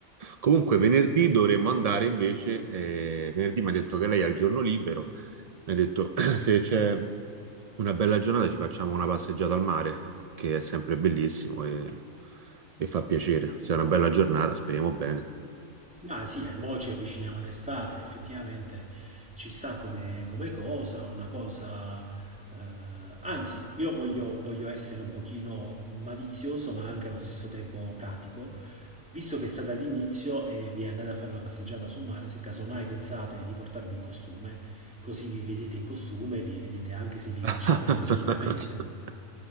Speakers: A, on the right (about 80°); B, in the centre.
A: Comunque venerdì dovremmo andare invece, eh, venerdì mi ha detto che lei ha il giorno libero, mi ha detto <clears throat> se c'è una bella giornata ci facciamo una passeggiata al mare, che è sempre bellissimo e, e fa piacere. Se è una bella giornata, speriamo bene.
B: Ma sì, e mo ci avviciniamo all'estate, effettivamente ci sta come, come cosa, una cosa... eh, anzi, io voglio, voglio essere un pochino malizioso, ma anche allo stesso tempo pratico. Visto che state all'inizio e vi andate a fare una passeggiata sul mare, se casomai pensate di portarvi il costume, così vi vedete in costume e vi vedete anche se vi
A: <laughs>
B: piacete anche fisicamente.